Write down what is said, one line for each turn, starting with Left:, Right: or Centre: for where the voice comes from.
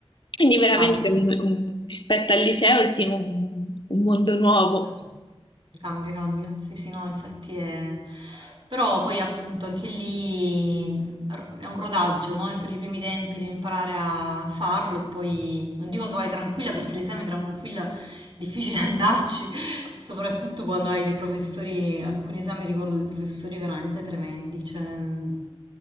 Left: Quindi veramente
Right: infatti.
Left: un- un- rispetto al liceo sì, un, un mondo nuovo.
Right: Ah, Cambia, cambia. Sì, sì, no, infatti è... Però poi appunto anche lì è un rodaggio, no? Io Per i primi tempi devi imparare a farlo e poi non dico che vai tranquilla perché l'esame tranquilla è difficile andarci, <laughs> soprattutto quando hai dei professori, alcuni esami ricordo dei professori veramente tremendi, cioè mm,